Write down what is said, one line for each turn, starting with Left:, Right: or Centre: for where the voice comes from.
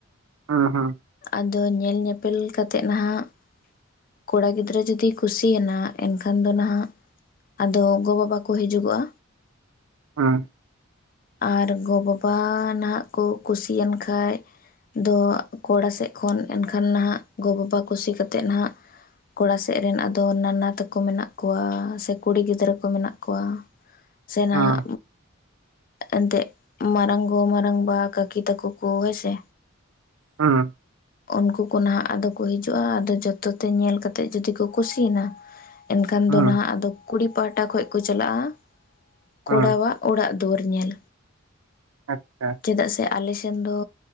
Right: ᱦᱩᱸ ᱦᱩᱸ
Left: ᱟᱫᱚ ᱧᱮᱞ ᱧᱮᱯᱮᱞ ᱠᱟᱛᱮᱜ ᱱᱟᱦᱟᱜ ᱠᱚᱲᱟ ᱜᱤᱫᱽᱨᱟᱹ ᱡᱩᱫᱤ ᱠᱩᱥᱤᱭᱮᱱᱟ ᱮᱱᱠᱷᱟᱱ ᱫᱚ ᱱᱟᱦᱟᱜ ᱟᱫᱚ ᱜᱚ ᱵᱟᱵᱟ ᱠᱚ ᱦᱤᱡᱩᱜᱚ-ᱟ᱾
Right: ᱦᱩᱸ
Left: ᱟᱨ ᱜᱚ ᱵᱟᱵᱟ ᱱᱟᱦᱟᱜ ᱠᱚ ᱠᱩᱥᱤᱭᱮᱱ ᱠᱷᱟᱭ ᱫᱚ ᱠᱚᱲᱟ ᱥᱮᱫ ᱠᱷᱚᱱ ᱮᱱᱠᱷᱟᱱ ᱱᱟᱦᱟᱜ ᱜᱚ-ᱵᱟᱵᱟ ᱠᱩᱥᱤ ᱠᱟᱛᱮᱫ ᱱᱟᱦᱟᱜ ᱠᱚᱲᱟ ᱥᱮᱜ ᱨᱮᱱ ᱟᱫᱚ ᱱᱟᱱᱟ ᱛᱟᱠᱚ ᱢᱮᱱᱟᱜ ᱠᱚᱣᱟ ᱥᱮ ᱠᱩᱲᱤ ᱜᱤᱫᱽᱨᱟᱹ ᱠᱚ ᱢᱮᱱᱟᱜ ᱠᱚᱣᱟ ᱥᱮ ᱱᱟᱦᱟᱜ
Right: ᱦᱮᱸ
Left: ᱮᱱᱛᱮ ᱢᱟᱨᱟᱝ ᱜᱳ ᱢᱟᱨᱟᱝ ᱵᱟ ᱠᱟᱠᱤ ᱛᱟᱠᱩ ᱠᱚ ᱦᱚᱭ ᱥᱮ
Right: ᱦᱩᱸ
Left: ᱩᱱᱠᱩ ᱠᱚ ᱱᱟᱦᱟᱜ ᱟᱫᱚ ᱠᱚ ᱦᱤᱡᱩᱜ-ᱟ᱾ ᱟᱫᱚ ᱡᱚᱛᱚ ᱛᱮ ᱧᱮᱞ ᱠᱟᱛᱮᱫ ᱡᱩᱫᱤ ᱠᱚ ᱠᱩᱥᱤᱮᱱᱟ ᱮᱱᱠᱷᱟᱱ
Right: ᱦᱮᱸ
Left: ᱫᱚ ᱱᱟᱦᱟᱜ ᱟᱫᱚ ᱠᱩᱲᱤ ᱯᱟᱦᱴᱟ ᱠᱷᱚᱱ ᱠᱚ ᱪᱟᱞᱟᱜᱼᱟ ᱠᱚᱲᱟᱣᱟᱜ
Right: ᱦᱮᱸ
Left: ᱚᱲᱟᱜ ᱫᱩᱨᱟᱹᱣ ᱧᱮᱞ
Right: ᱟᱪᱪᱷᱟ
Left: ᱪᱮᱫᱟᱜ ᱥᱮ ᱟᱞᱮ ᱥᱮᱱ ᱫᱚ